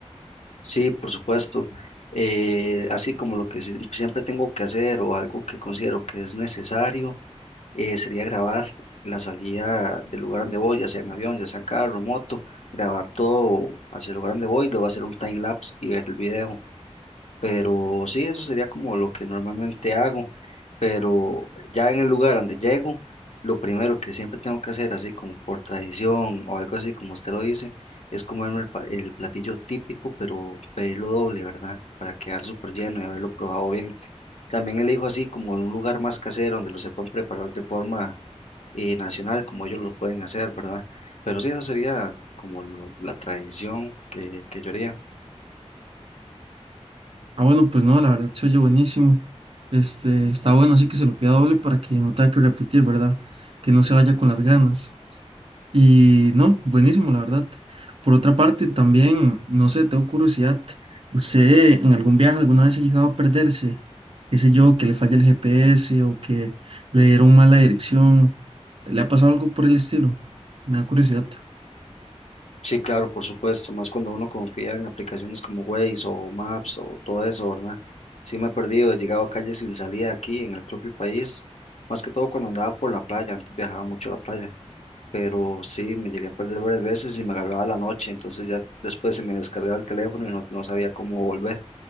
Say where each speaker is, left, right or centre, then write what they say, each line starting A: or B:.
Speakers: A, on the left; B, on the right.
A: Sí, por supuesto. Eh, así como lo que sie- siempre tengo que hacer o algo que considero que es necesario, eh, sería grabar la salida del lugar donde voy, ya sea en avión, ya sea en carro, moto, grabar todo hacia el lugar donde voy, luego hacer un time lapse y ver el video. Pero sí, eso sería como lo que normalmente hago. Pero ya en el lugar donde llego, lo primero que siempre tengo que hacer, así como por tradición o algo así, como usted lo dice, es comerme el, pa- el platillo típico, pero pedirlo doble, ¿verdad? Para quedar súper lleno y haberlo probado bien. También elijo así como un lugar más casero donde lo sepan preparar de forma eh, nacional, como ellos lo pueden hacer, ¿verdad? Pero sí, eso sería como lo- la tradición que, que yo haría.
B: Ah, bueno, pues no, la verdad se oye buenísimo. Este, está bueno, así que se lo pida doble para que no tenga que repetir, ¿verdad? Que no se vaya con las ganas. Y no, buenísimo, la verdad. Por otra parte, también, no sé, tengo curiosidad. ¿Usted en algún viaje alguna vez ha llegado a perderse? ¿Qué sé yo, que le falla el GPS o que le dieron mala dirección? ¿Le ha pasado algo por el estilo? Me da curiosidad.
A: Sí, claro, por supuesto, más cuando uno confía en aplicaciones como Waze o Maps o todo eso, ¿verdad? Sí me he perdido, he llegado a calles sin salida aquí en el propio país, más que todo cuando andaba por la playa, antes viajaba mucho a la playa, pero sí, me llegué a perder varias veces y me agarraba la noche, entonces ya después se me descargaba el teléfono y no, no sabía cómo volver.